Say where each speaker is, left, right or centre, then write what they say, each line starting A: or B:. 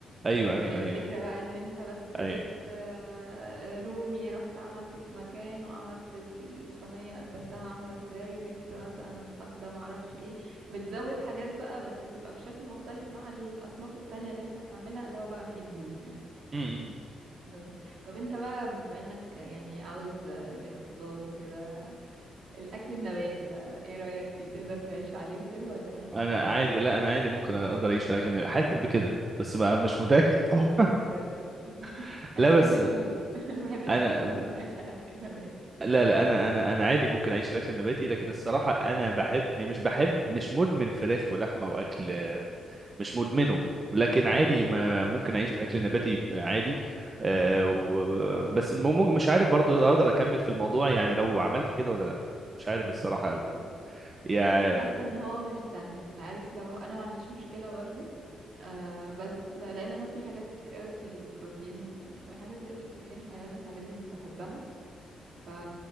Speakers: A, on the right; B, on the right.
A: ايوه ايوه
B: هي الفكرة
A: ايوه
B: بقى ان انت بس جبت
A: ايوه
B: آه، رومي رحت عملته في مكان وعملت الصينية قدمتها عاملة ازاي جبت مثلا فخدة معرفش ايه بتزود حاجات بقى بس بتبقى بشكل مختلف مع الاصناف التانية اللي انت هتعملها لو بقى في ضيوف يعني
A: امم
B: بس طب انت بقى بما انك يعني عاوز الاقتصاد وكده الاكل النباتي بقى ايه رأيك فيه تقدر تعيش عليه وكده ولا حاسس
A: انا
B: ان لا
A: عادي لا انا عادي ممكن اقدر اعيش على الاكل حاسس بكده بس بقى مش متاكد طبعا
B: ما جربت <laughs>
A: <laughs>
B: انا
A: لا
B: بحب
A: بس
B: الفول <laughs> انا بحب الفول
A: انا
B: فممكن اعيش على اكل النباتي
A: لا لا انا انا انا عادي ممكن اعيش على الاكل النباتي لكن الصراحه انا بحب مش بحب مش مدمن فراخ ولحمه واكل مش
B: <laughs>
A: مدمنه لكن عادي ما ممكن اعيش على الاكل النباتي عادي آه و... بس ممكن مش عارف برضو اقدر اكمل في الموضوع يعني لو عملت كده ولا لا مش عارف الصراحه
B: ايوه
A: قوي يعني
B: انا حاسه ان هو مش سهل انت عارف لو انا ما عنديش مشكله برضو آه بس لان انا في حاجات كتير قوي في البروتين الحاجات البروتين الحيواني الحاجات دي مش بحبها ف